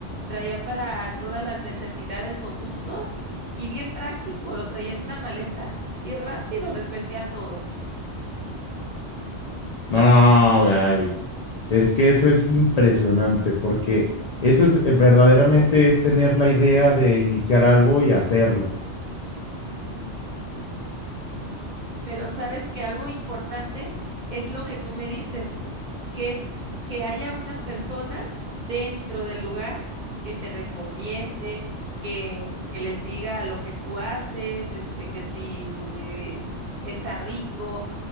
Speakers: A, on the right (about 50°); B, on the left (about 65°).
A: traía para todas las necesidades o gustos y bien práctico, lo traía en una maleta y rápido les vendía a todos.
B: No, Gaby. Es que eso es impresionante porque eso es eh, verdaderamente es tener la idea de iniciar algo y hacerlo.
A: Pero sabes que algo importante es lo que tú me dices, que es que haya una persona dentro del lugar que te recomiende, que, que les diga lo que tú haces, este, que si está rico,